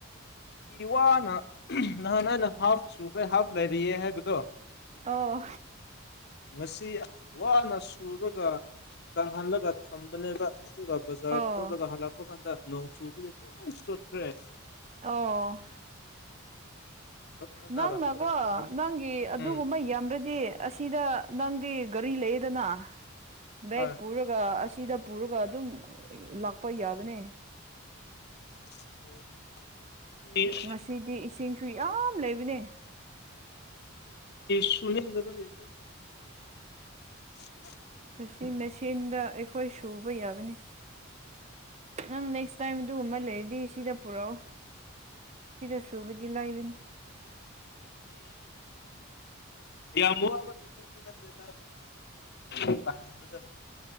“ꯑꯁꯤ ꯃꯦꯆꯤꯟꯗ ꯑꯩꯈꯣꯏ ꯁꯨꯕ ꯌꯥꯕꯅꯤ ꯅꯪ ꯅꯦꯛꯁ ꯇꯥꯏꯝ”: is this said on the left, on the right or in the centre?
Right